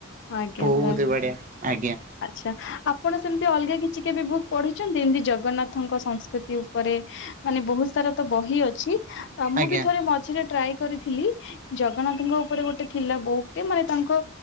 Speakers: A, on the left; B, on the right.
A: ଆଜ୍ଞା,
B: ବହୁତ
A: ସାର୍।
B: ବଢିଆ ଆଜ୍ଞା
A: ଆଚ୍ଛା, ଆପଣ ସେମିତି ଅଲଗା କିଛି କେବେ ବୁକ୍ ପଢିଛନ୍ତି? ଯେମତି ଜଗନ୍ନାଥଙ୍କ ସଂସ୍କୃତି ଉପରେ। ମାନେ ବହୁତ ସାରା ତ ବହି ଅଛି। ମୁଁ
B: ଆଜ୍ଞା
A: ବି ଥରେ ମଝିରେ ଟ୍ରାଏ କରି ଥିଲି। ଜଗନ୍ନାଥଙ୍କ ଉପରେ ଗୋଟେ ଥିଲା ବୁକ୍ ଟେ, ମାନେ ତାଙ୍କ